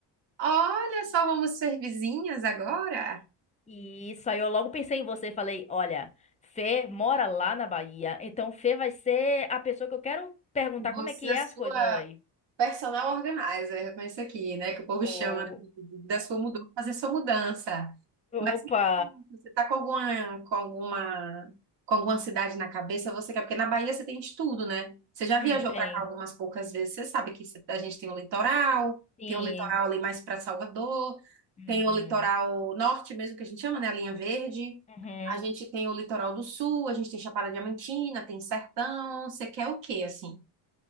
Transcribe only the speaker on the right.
Olha só, vamos ser vizinhas agora?
Você,
a
sua.
Personal organizer, com isso aqui, né? Que o povo
chama né, da sua mudança, fazer sua mudança. Mas
me conta, você tá com alguma, com alguma, com alguma cidade na cabeça? Você quer? Porque na Bahia você tem de tudo, né? Você já
viajou
pra cá algumas poucas vezes. Você sabe que cê- a gente tem o litoral,
tem o litoral ali mais pra Salvador,
tem o litoral norte mesmo que a gente chama, né? A linha verde.
A gente tem o litoral do sul, a gente tem Chapada Diamantina, tem Sertão. Você quer o quê, assim?